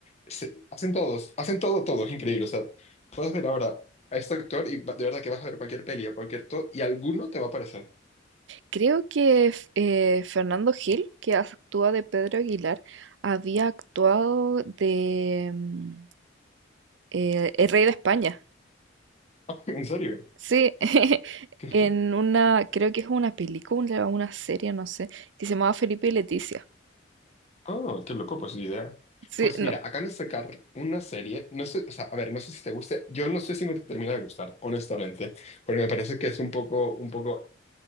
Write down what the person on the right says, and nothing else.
Creo que f- eh, Fernando Gil, que actúa de Pedro Aguilar, había actuado de mm, eh, El Rey de España.
Sí, <laughs>
en una, creo que es una película o una serie, no sé, que se llamaba Felipe y Leticia.
Sí,
no,